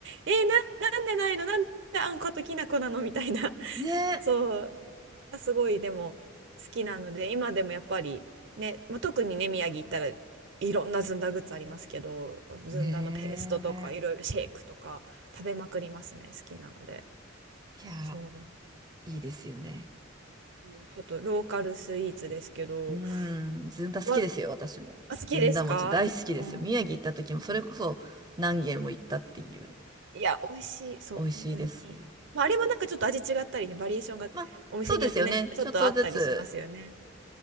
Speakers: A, on the right (about 65°); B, on the right (about 20°).
A: えー、な、なんでないのなんであんこときな粉なのみたいな
B: ね。
A: <laughs> そうがすごいでも好きなので今でもやっぱりね、まあ、特にね宮城行ったらいろんなずんだグッズありますけどずんだのペーストとかいろいろシェイクとか食べまくりますね好きなので
B: ねえ。いやー
A: そ
B: いいですよね。
A: うちょっとローカルスイーツですけど
B: うーん、ずんだ好きですよ、
A: わ
B: 私も。
A: あ好きですか、
B: ずんだ餅大好きですよ。
A: うん、
B: 宮城行った時もそれこそ何軒も行ったっていう。
A: いや美味しいそう本当に、
B: 美味しいです。
A: まあ、あれもなんかちょっと味違ったりねバリエーションがお店によってねちょっとあったりしますよね
B: まあ、そうですよね。ちょっとずつ